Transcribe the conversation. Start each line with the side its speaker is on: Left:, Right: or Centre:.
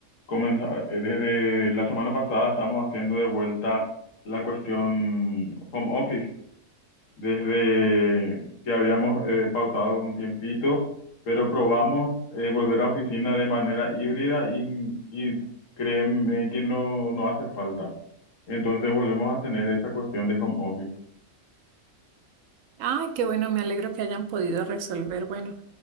Left: comenza- eh, desde la semana pasada estamos haciendo de vuelta la cuestión home office, desde que habíamos eh, pausado un tiempito, pero probamos eh, volver a oficina de manera híbrida y, y créeme que no, no hace falta. Entonces volvemos a tener esa cuestión de home office.
Right: Ay, qué bueno, me alegro que hayan podido resolver. Bueno,